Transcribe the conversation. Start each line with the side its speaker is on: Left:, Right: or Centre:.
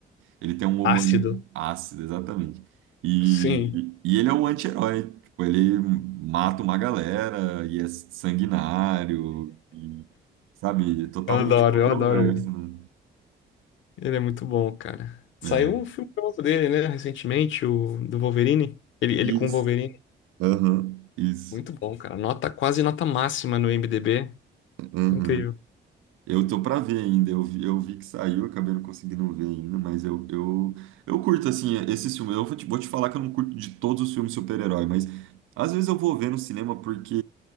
Right: Ele tem um
Left: ácido.
Right: humor muito ácido, exatamente. E,
Left: Sim,
Right: e e ele é um anti-herói. Tipo, ele mata uma galera e é sanguinário, e, sabe? É Totalmente
Left: eu adoro,
Right: controverso,
Left: eu adoro ele.
Right: né?
Left: Ele é muito bom, cara. Saiu
Right: É.
Left: um filme novo dele, né? Recentemente, o do Wolverine. Ele, ele
Right: Isso.
Left: com o Wolverine.
Right: Aham, isso.
Left: Muito bom, cara. Nota, quase nota máxima no IMDb.
Right: Aham.
Left: Incrível.
Right: Eu tô pra ver ainda, eu vi, eu vi que saiu, acabei não conseguindo ver ainda, mas eu, eu, eu curto, assim, esses filmes. Eu vou te, vou te falar que eu não curto de todos os filmes de super-herói, mas às vezes eu vou ver no cinema porque